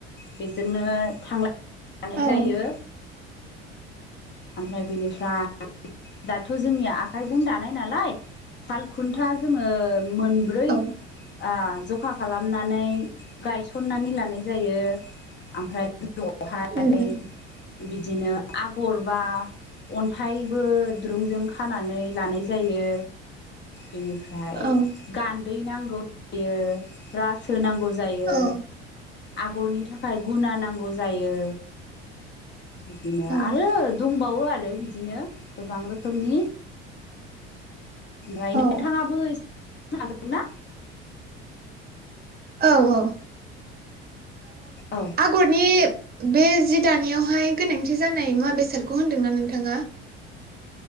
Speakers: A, on the left; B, on the right.
A: बेजोंनो दानाय
B: औ
A: जायो ओमफ्राय बेनिफ्राय दाथ जोंनि आखाइजों दानाय नालाय सालखुन्था जोंङो मोनब्रै
B: औ
A: ओ जखा खालामनानै गायसननानै लानाय जायो आमफ्राय गोजौआवहाय
B: उम उम
A: बिदिनो आगर बा अन्थाइ बो दुरुंजों खानानै लानाय जायो। बेनिफ्राय
B: औ
A: गान्दै नांगौ जायो रासो नांगौ जायो।
B: औ
A: आगरनि थाखाय गुना नांगौ जायो। बिदिनो
B: औ
A: आरो दंबावो आरो बिदिनो गोबां रोखोमनि ओमफ्राय
B: औ
A: नोंथांङाबो एसेनो हागोन ना
B: औ औ ओ
A: औ
B: आगरनि बे जि दानायावहाय गोनांथि जानाय मुवा बेसादखौ होनदोंना नोंथाङा?